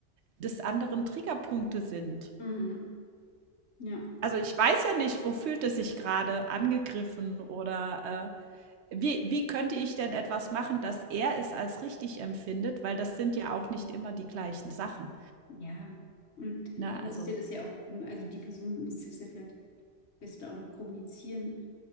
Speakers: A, on the right; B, on the left.
A: des anderen Triggerpunkte sind.
B: mhm, ja,
A: Also, ich weiß ja nicht, wo fühlt es sich gerade angegriffen oder, äh, wie wie könnte ich denn etwas machen, dass er es als richtig empfindet, weil das sind ja auch nicht immer die gleichen Sachen,
B: ja. Und ihr
A: ne?
B: müsst
A: Also
B: ihr das ja auch, also die Person muss das ja vielleicht best auch noch kommunizieren